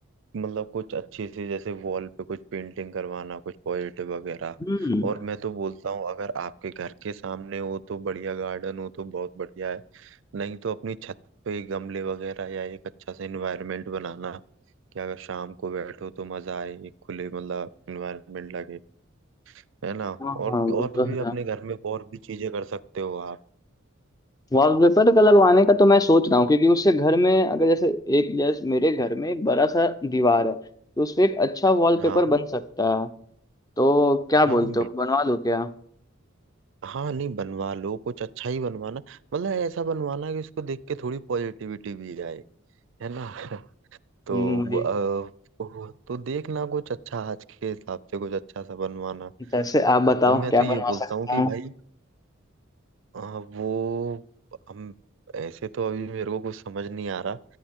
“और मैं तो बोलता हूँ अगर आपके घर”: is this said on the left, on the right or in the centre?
Right